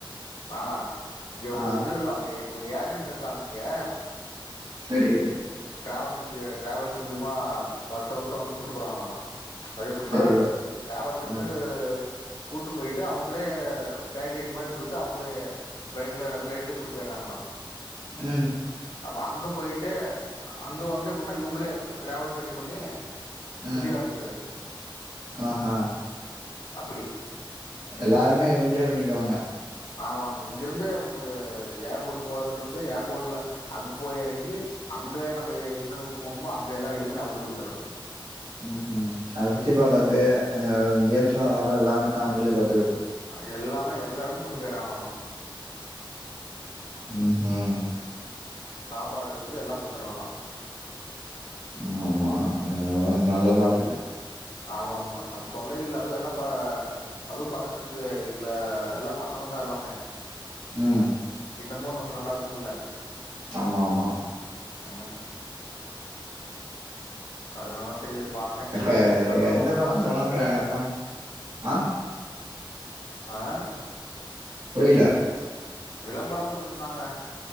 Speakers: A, on the left (about 80°); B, on the right (about 65°).
A: நானா இங்க
B: ஆ
A: ஒரு இது இருக்காங்க எ ஒரு ஏஜென்ட்ருக்காங்க இங்கெ
B: செரி
A: ட்ராவல்ஸ் வச்சு ட்ராவல்ஸ் மூலிமா வர்ஷ வர்ஷொ வந்து கூட்டு போறாங்களாமா அது எப்புன்னா
B: செரி
A: ட்ராவல்ஸ் <unintelligible>
B: ம்
A: கூட்டு போய்ட்டு அவங்களே பேக்கேஜ் மாரி குடுத்து அவங்களே ஃபிளைட்ல ஃபிளைட்டு கூட்டு போய்ட்றாங்கா லா ஆ
B: ம்
A: அப்போ அங்க போய்ட்டு அங்க வந்து எப்புட்ன்னா இவங்களே ஒரு ட்ராவில்ஸ் ரெடி பண்ணி
B: ம்
A: சுத்தி காமிக்கிறது
B: அ அ
A: அப்புடி
B: ம் எல்லாமே இவங்களே பண்ணிக்குவாங்க
A: ஆமா நம்ம இங்கிருந்து நம்புக்கு ஏர்போர்ட்க் போறதுல்ட்ருந்து ஏர்போர்ட்ல அங்க போய் எறங்கி அங்க நம்ப எங்கங்க போணுமோ அங்க எல்லா ரெடி பண்ணி அவங்களுக் குடுத்துட்றது
B: ம் ம் அத சுத்தி பாக்கற்தே அ கேம்ஸ்லா வெளாட்ற எல்லாமே அவங்களே பாத்துக்கற்து
A: அ எல்லாமே எல்லா எடமும் கூட்டு போய்ட்றாங்களாமா
B: ம் ம்
A: சாப்பாடுலுருந்து எல்லா குடுத்துட்றாங்களா
B: ஆமா ஆமா <unintelligible> நல்லதா இருக்கு
A: ஆமா ஆமா நம்ப் தொல்லையில்ல அது எல்லா இப்ப அதுவு பாத்தீங்னா வச்சுக்குலே இதுல எல்லா பசங்க தா எல்லாமே
B: ம்
A: இன்னமோ நமக்கு நல்லா இருக்கும்ல்ல
B: ஆமாம்மா
A: ஆ அதுனாலும் செரி இப் பாத்தே
B: எப்ப
A: செரி விளம்பரோ
B: எந்த
A: குடுத்துருந்தாங்க
B: மாசம் போலான்ற பிளான் ஆ
A: அ
B: புரிய்ல
A: விளம்பரம் குடுத்ருந்தாங்க